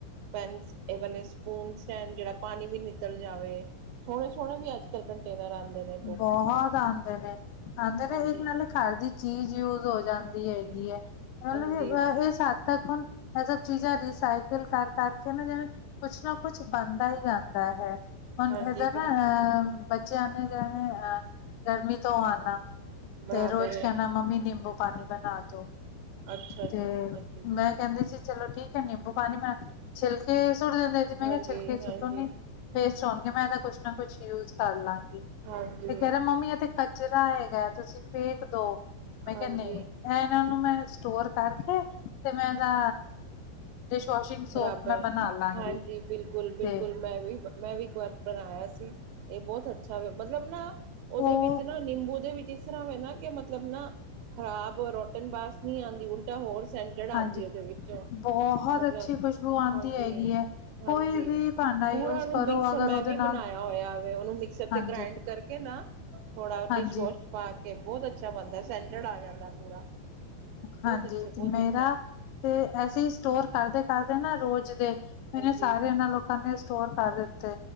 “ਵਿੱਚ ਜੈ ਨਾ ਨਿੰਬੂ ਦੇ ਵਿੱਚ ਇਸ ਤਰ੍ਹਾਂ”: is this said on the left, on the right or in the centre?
Right